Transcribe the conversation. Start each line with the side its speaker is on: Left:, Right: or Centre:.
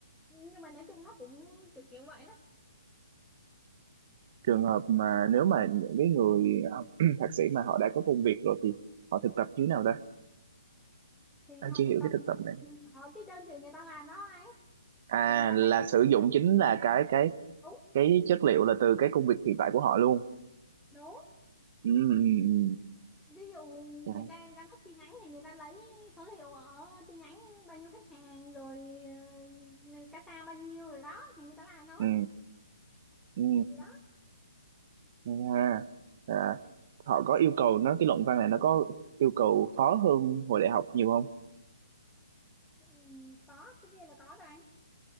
Centre: nhưng mà nói chung nó cũng kiểu kiểu vậy đó
Right: trường hợp mà nếu mà những cái người học <clears throat> thạc sĩ mà họ đã có công việc rồi thì họ thực tập như thế nào ta
Centre: thì
Right: anh
Centre: họ
Right: chưa hiểu
Centre: thực tập
Right: cái thực tập này
Centre: ở cái đơn vị người ta làm đó ấy
Right: à
Centre: thì người ta
Right: là
Centre: lấy
Right: sử dụng
Centre: đó
Right: chính
Centre: thì người
Right: là
Centre: ta
Right: cái cái
Centre: đúng
Right: cái chất liệu là từ cái công việc hiện tại của họ luôn
Centre: đúng
Right: ừ ừ ừ.
Centre: ví dụ
Right: Dạ.
Centre: người ta giám đốc chi nhánh thì người ta lấy số liệu ở chi nhánh bao nhiêu khách hàng rồi uh, casa bao nhiêu rồi đó thì người ta làm thôi
Right: Ừ. Ừ.
Centre: gì đó
Right: Hay ha. Dạ. Họ có yêu cầu nó cái luận văn này nó có yêu cầu khó hơn hồi đại học nhiều không?
Centre: Ừ, có tất nhiên là có rồi anh